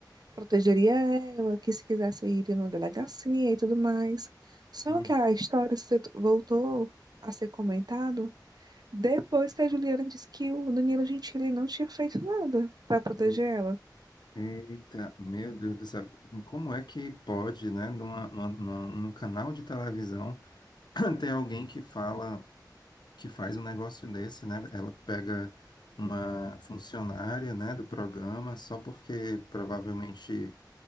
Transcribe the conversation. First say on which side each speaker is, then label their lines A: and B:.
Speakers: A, on the right; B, on the left.
A: protegeria ela, que se quisesse ir numa delegacia e tudo mais. Só
B: hum.
A: que a história se- voltou a ser comentado depois que a Juliana disse que o Danilo Gentili não tinha feito nada para proteger
B: hum.
A: ela.
B: Eita, meu Deus do céu, como é que pode, né, numa, numa, numa- num canal de televisão <clears throat> ter alguém que fala, que faz um negócio desse, né? Ela pega uma funcionária, né, do programa só porque provavelmente